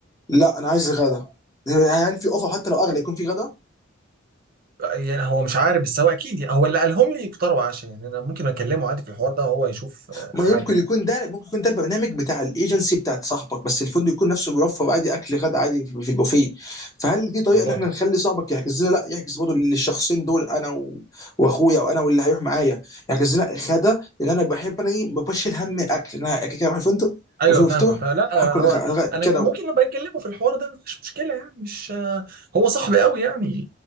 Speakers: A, on the left; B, on the right.
A: لا انا عايز غدا هل في اوفر حتى لو اغلى يكون في غدا
B: يعني هو مش عارف بس هو اكيد يعني هو اللي قالهم لي فطار وعشاء يعني انا ممكن اكلمه عادي في الحوار ده وهو يشوف آه،
A: ما
B: حاجه
A: يمكن
B: يعني
A: يكون ده ممكن يكون ده البرنامج بتاع الايجنسي بتاعت صاحبك بس الفندق يكون نفسه بيوفر عادي اكل غدا عادي في في البوفيه فهل في طريقه
B: والله
A: ان احنا نخلي صاحبك يحجز لنا لا يحجز برضه للشخصين دول انا و... واخويا او انا واللي هيروح معايا يحجز لنا غدا لان انا بحب انا ايه ما بشيل هم الاكل انا كده كده هروح الفندق
B: ايوه
A: وفي مفتوح
B: فاهمك فلا
A: هاكل
B: آه، هو
A: غ- غ-
B: انا
A: كده
B: ممكن
A: و...
B: ابقى اكلمه في الحوار ده مفيش مشكله يعني مش آه، هو صاحبي قوي يعني